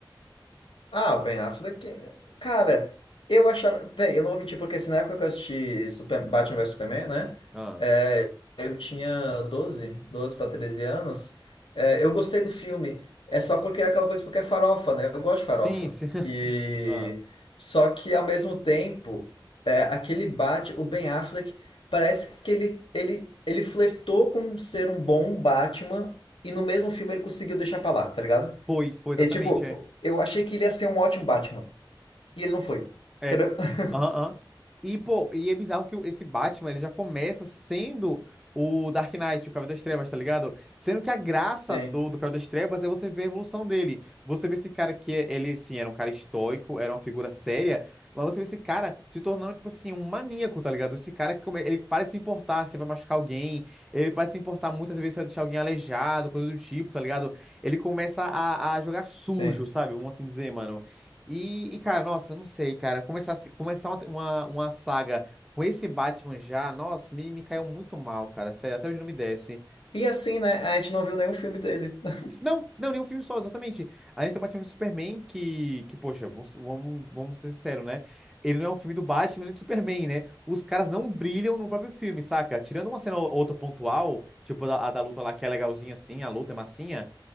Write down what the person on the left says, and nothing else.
Ah, o Ben Affleck. Cara, eu achava. Bem, eu não vou mentir, porque assim, na época que eu assisti Super- Batman vs Superman, né?
é, eu tinha 12, 12 para 13 anos. É, eu gostei do filme. É só porque é aquela coisa porque é farofa, né? Eu gosto de farofa.
E.
Só que ao mesmo tempo, é, aquele Batman, o Ben Affleck, parece que ele, ele, ele flertou com ser um bom Batman e no mesmo filme ele conseguiu deixar pra lá, tá ligado?
E tipo,
eu achei que ele ia ser um ótimo Batman. E ele não foi.
Entendeu? <laughs>
Sim,
sim.
E assim, né? A gente não viu nenhum filme dele. <laughs>